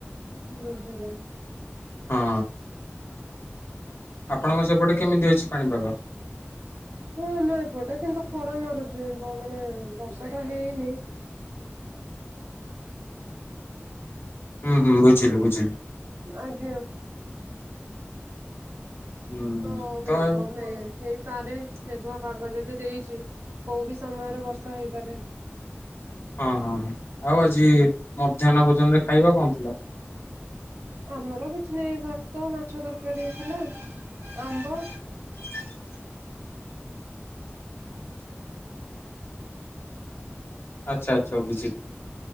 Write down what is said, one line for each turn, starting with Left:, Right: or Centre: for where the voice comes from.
Right: ବୁଝିଲି।
Left: ହଁ। ଆପଣଙ୍କ ସେପଟେ କେମିତି ଅଛି ପାଣିପାଗ?
Right: ହଁ ମୁଁ ଏପଟେ କିନ୍ତୁ ଖରା ମାରୁ କଣ ମାନେ ବର୍ଷା ଟା ହେଇନି।
Left: ହୁଁ ହୁଁ ବୁଝିଲି ବୁଝିଲି
Right: ଆଜ୍ଞା।
Left: ହୁଁ
Right: ତ ମେଘ-ମେ
Left: ଆଉ
Right: ହେଇ ପରେ ମେଘୁଆ ପାଗ ଯଦି ଦେଇଛି କୋଉ ବିି ସମୟରେ ବର୍ଷ ସହିପାରେ।
Left: ହଁ ହଁ ହଁ ଆଉ ଆଜି ମଧ୍ୟାହ୍ନ ଭୋଜନରେ ଖାଇବା କଣ ଥିଲା?
Right: ଆମର କିଛି ନାହିଁ ଭାତ ମାଛ ତରକାରୀ ହେଇଥିଲା ଆମ୍ବ।
Left: ହ ଆଚ୍ଛା ଆଚ୍ଛା ବୁଝିଲି।